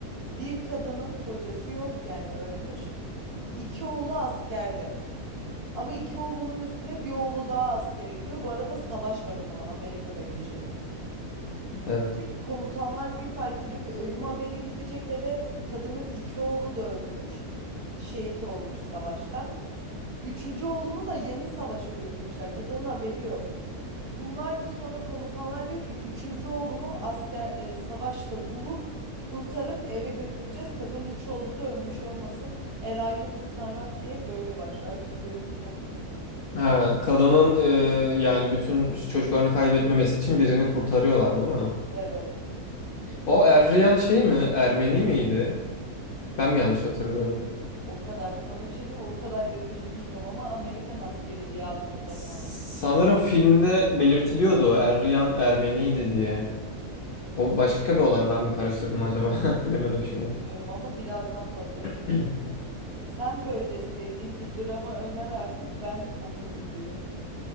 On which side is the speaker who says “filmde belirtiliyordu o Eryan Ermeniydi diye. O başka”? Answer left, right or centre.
Left